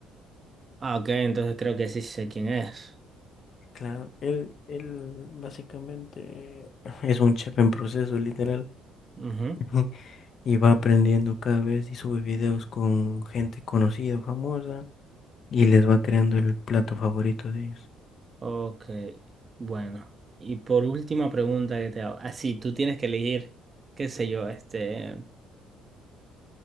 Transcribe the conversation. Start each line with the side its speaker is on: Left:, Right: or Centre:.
Right: Ah, ok, entonces creo que sí sé quién es.
Left: Claro, él, él básicamente <laughs> es un chef en proceso, literal.
Right: Ujú.
Left: <laughs> Y va aprendiendo cada vez y sube videos con gente conocida, famosa, y les va creando el plato favorito de ellos.
Right: Ok, bueno. Y por última pregunta que te hago. Así, tú tienes que elegir, qué sé yo, este...